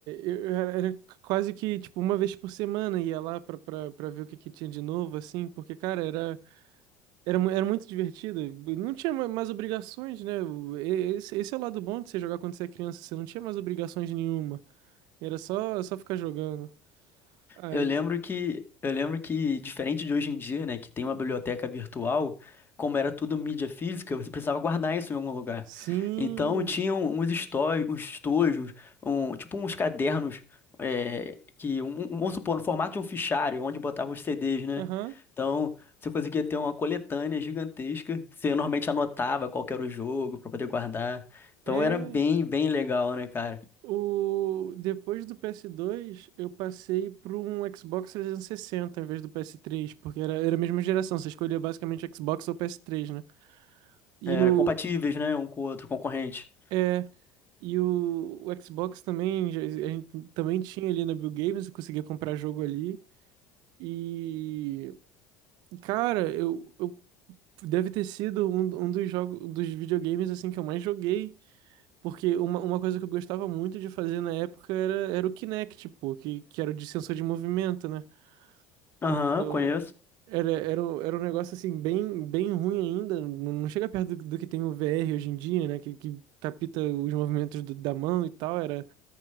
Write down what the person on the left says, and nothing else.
Eu lembro que, eu lembro que, diferente de hoje em dia, né, que tem uma biblioteca virtual, como era tudo mídia física, você precisava guardar isso em algum lugar.
Então, tinham uns estojos, uns estojos, um, tipo uns cadernos, é, que, um, um- vamos supor, no formato de um fichário, onde botava os CDs, né?
Então, você conseguia ter uma coletânea gigantesca, você normalmente anotava qual que era o jogo para poder guardar. Então,
era bem, bem legal, né, cara?
Era
compatíveis, né? Um com o outro, concorrente.
Aham,
conheço.